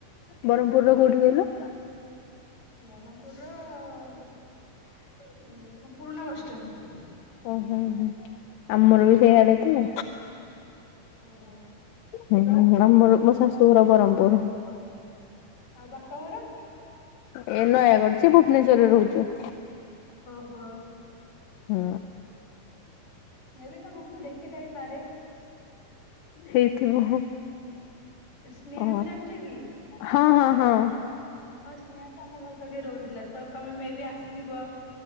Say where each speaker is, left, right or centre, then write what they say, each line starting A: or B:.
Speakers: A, on the left; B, on the left.
A: ବ୍ରହ୍ମପୁର ର କୋଉଠି କହିଲ?
B: ବ୍ରହ୍ମପୁର ର ପୁରୁଣା ବସ ଷ୍ଟାଣ୍ଡ
A: ହୁଁ ହୁଁ ହୁଁ। ଆମର ବି ସେଇଆଡେ କୁ।
B: ଓ ହୋ
A: ହୁଁ ହୁଁ ଆମର ମୋ ଶାଶୁଘର ବରମ୍ ଉପ
B: ଆଉ ବାପଘର
A: ଏ ନୟାଗଡ ଭୁବନେଶ୍ଵରରେ ରହୁଛୁ
B: ହଁ
A: ହୁଁ।
B: ମେ ବି ତମକୁ ମୁଁ ଦେଖିଥାଇପାରେ।
A: ହେଇଥିବ।
B: ସ୍ନେହା
A: ଓ
B: କୁ ଜାଣିଛ କି?
A: ହଁ ହଁ ହଁ।
B: ହଁ ସ୍ନେହା ତ ଆମ ଘର ପାଖେ ରହୁଥିଲା। ତ ତମେ ମେ ବି ଆସିଥିବ?